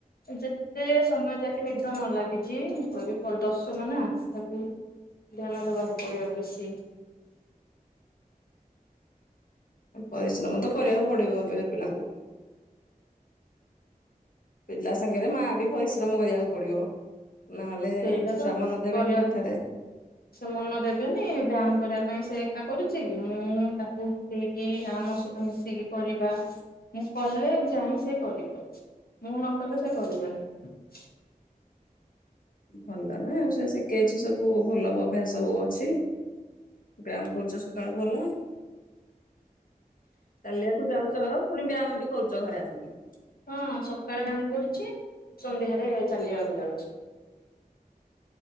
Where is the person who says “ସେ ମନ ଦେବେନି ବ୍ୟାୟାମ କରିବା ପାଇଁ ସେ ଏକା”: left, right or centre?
Left